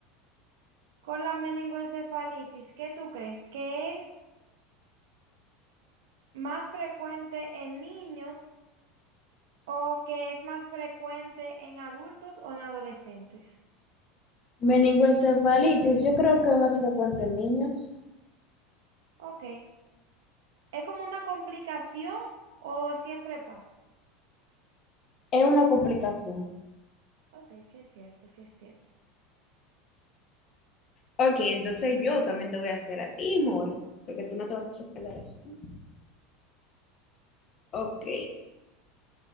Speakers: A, on the right; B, on the left.
A: Con la meningoencefalitis, ¿qué tú crees? ¿Que es más frecuente en niños o que es más frecuente en adultos o en adolescentes?
B: Meningoencefalitis, yo creo que es más frecuente en niños.
A: Ok. ¿Es como una complicación o siempre pasa?
B: Es una complicación.
A: Ok, sí es cierto, sí es cierto.
B: Ok, entonces yo también te voy a hacer a ti, amor, porque tú no te vas a quedar así. Ok,